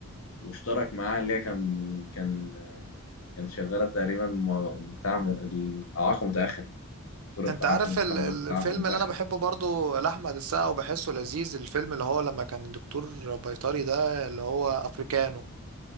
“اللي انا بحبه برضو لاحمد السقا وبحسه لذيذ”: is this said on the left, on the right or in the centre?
Right